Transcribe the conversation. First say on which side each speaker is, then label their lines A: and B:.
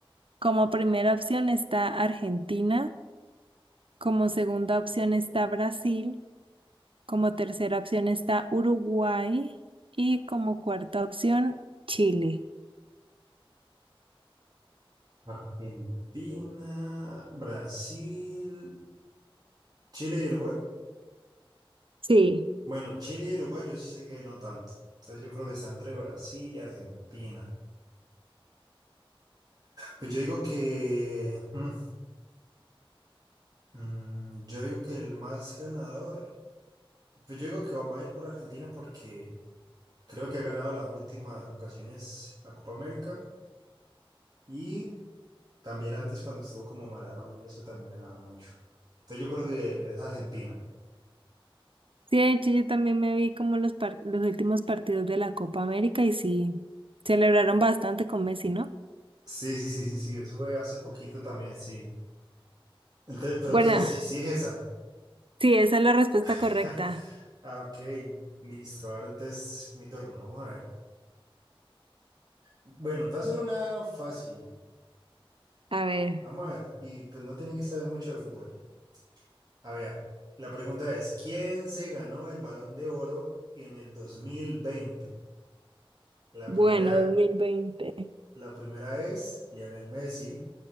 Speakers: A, on the right; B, on the right.
A: Como primera opción está Argentina, como segunda opción está Brasil. Como tercera opción está Uruguay y como cuarta opción Chile.
B: Argentina, Brasil, Chile y Uruguay.
A: Sí.
B: Bueno, Chile y Uruguay yo sí sé que no tanto. Entonces yo creo que está entre Brasil y Argentina. Pues yo digo que... mm, mm, yo digo que el más ganador... Pues yo digo que va va a ir por Argentina porque creo que ha ganado las últimas ocasiones la Copa América y también antes cuando estuvo como Maradona y eso también ganaban mucho. Entonces yo creo que es Argentina.
A: Sí, de hecho yo también me vi como los, par- los últimos partidos de la Copa América y sí, celebraron bastante con Messi, ¿no?
B: Sí, sí, sí, sí, sí, eso fue hace poquito también, sí. Entonces, ¿pero
A: Bueno,
B: qué? es? Sí, sí es esa.
A: Sí, esa es la respuesta
B: <laughs>
A: correcta.
B: Ah, ok, listo. Ahora entonces mi turno, vamos a ver. Bueno, te voy a hacer una fácil.
A: a ver.
B: Vamos a ver, y pues no tiene que saber mucho de fútbol. A ver, la pregunta es, ¿quién se ganó el Balón de Oro en el dos mil veinte La
A: Bueno,
B: primera,
A: 2020.
B: la primera es Lionel Messi,